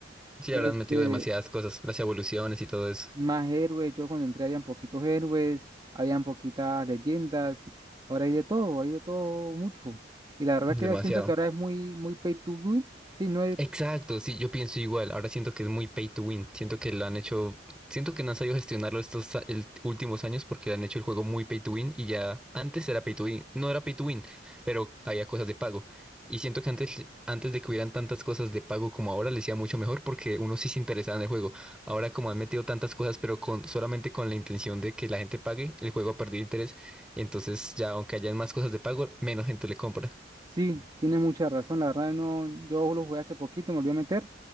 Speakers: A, in the centre; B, on the right.
A: Sí,
B: Este,
A: habrán metido demasiadas cosas, las evoluciones y todo eso.
B: más héroes, yo cuando entré habían poquitos héroes, habían poquitas leyendas, ahora hay de todo, hay de todo mucho. Y la verdad que
A: Demasiado.
B: yo siento que ahora es muy, muy pay to win. Sí, no es,
A: Exacto, sí, yo pienso igual. Ahora siento que es muy pay to win. Siento que lo han hecho, siento que no han sabido gestionarlo estos a- el- últimos años porque han hecho el juego muy pay to win y ya antes era pay to win, no era pay to win, pero había cosas de pago. Y siento que antes, antes de que hubieran tantas cosas de pago como ahora, les iba mucho mejor porque uno sí se interesaba en el juego. Ahora como han metido tantas cosas, pero con, solamente con la intención de que la gente pague, el juego ha perdido interés. Entonces ya aunque hayan más cosas de pago, menos gente le compra.
B: sí, tiene mucha razón. La verdad no, yo lo jugué hace poquito, me volví a meter.